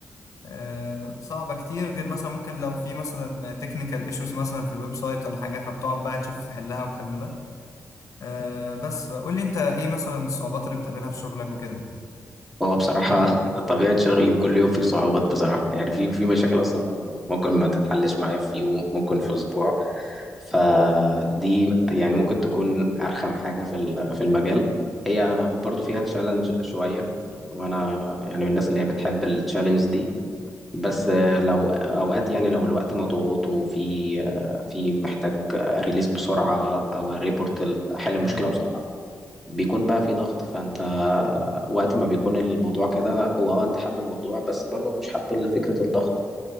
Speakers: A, on the left; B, in the centre.
A: آه، صعبة كتير غير مثلا ممكن لو في مثلا تكنيكال ايشوز مثلا في الويب سايت ولا حاجة فبتقعد بقى تشوف تحلها والكلام ده آه، بس قول لي انت ايه مثلا الصعوبات اللي بتقابلها في شغلك وكده
B: هو بصراحة <laughs> طبيعة شغلي كل يوم في صعوبات بصراحة يعني في في مشاكل أصلا ممكن ما تتحلش معايا في يوم ممكن في أسبوع فدي يعني ممكن تكون أرخم حاجة في ال- في المجال هي برضو فيها تشالنج شوية وأنا يعني من الناس اللي هي بتحب التشالنج دي بس آه، لو أوقات يعني لو الوقت مضغوط وفي آه، في محتاج ريليز بسرعة أو ريبورت حل المشكلة
A: يعني
B: بسرعة بيكون بقى في ضغط فانت وقت ما بيكون الموضوع كده هو اه انت حابب الموضوع بس برضه مش حابب فكرة الضغط